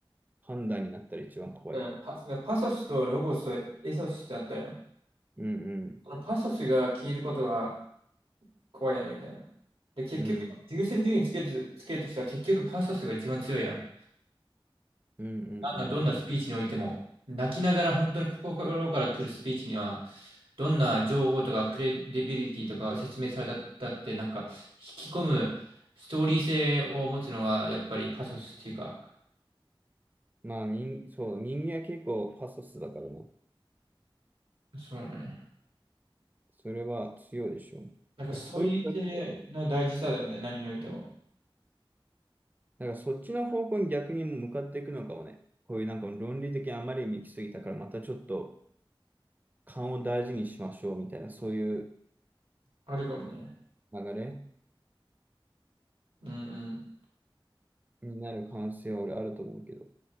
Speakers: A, on the right; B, on the right.
A: 判断になったら一番怖いよね。
B: からパ、パソスとロゴスとエソスってあったよ。
A: うんうん。
B: このパソスが消えることが怖いよね、みたいな。で、結局、
A: うん
B: 優先順位つける、つけるとしたら結局パソスが一番強いやん。
A: うんうんうん。
B: あの、どんなスピーチにおいても、泣きながら本当に心から来るスピーチには、どんな情報とかクレディビリティとか説明されたって、なんか、引き込むストーリー性を持つのが、やっぱりパソスっていうか、
A: まあ人、そう、人間は結構パソスだからね。
B: そうね。
A: それは強いでしょ。だからそういう人たちは、
B: なんかストーリー性の大事さだよね、何においても。
A: なんかそっちの方向に逆に向かっていくのかもね。こういうなんか論理的にあまりに行き過ぎたから、またちょっと勘を大事にしましょうみたいな、そういう
B: あるかもね。
A: 流れ。
B: うん
A: になる可能性は俺あると思うけど。